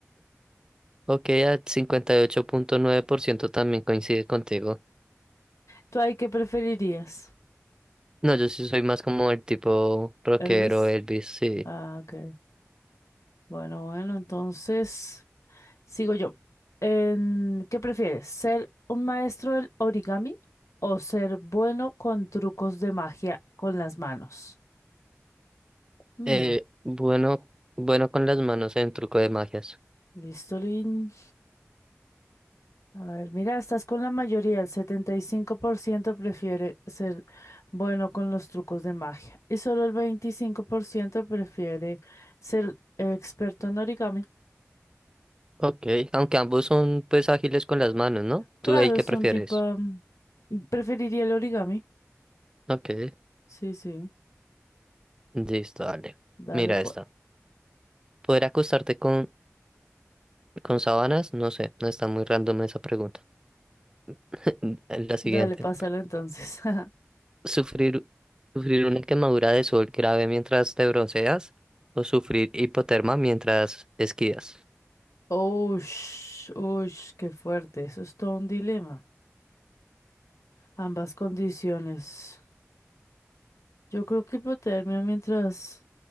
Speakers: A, on the right (about 15°); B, on the left (about 80°).
A: Ok, a 58.9% también coincide contigo.
B: ¿Tú ahí qué preferirías?
A: No, yo sí soy más como el tipo rockero,
B: Elvis.
A: Elvis, sí.
B: Ah, ok. Bueno, bueno, entonces sigo yo. En- ¿qué prefieres? ¿Ser un maestro del origami o ser bueno con trucos de magia con las manos? Mm,
A: Eh, bueno, bueno con las manos en truco de magias.
B: listo, Lin. A ver, mira, estás con la mayoría. El 75% prefiere ser bueno con los trucos de magia. Y solo el 25% prefiere ser experto en origami.
A: Ok. Aunque ambos son pues ágiles con las manos, ¿no?
B: Claro,
A: ¿Tú ahí qué
B: es
A: prefieres?
B: un tipo... mm, preferiría el origami.
A: Ok.
B: Sí, sí.
A: Listo, dale.
B: Dale,
A: Mira
B: pues.
A: esta. ¿Poder acostarte con, con sábanas? No sé, no está muy random esa pregunta. <laughs> La siguiente.
B: Dale, pásalo entonces. <laughs>
A: Sufrir, sufrir una quemadura de sol grave mientras te bronceas o sufrir hipotermia mientras esquías.
B: Ush, ush, qué fuerte. Eso es todo un dilema. Ambas condiciones. Yo creo que hipotermia mientras...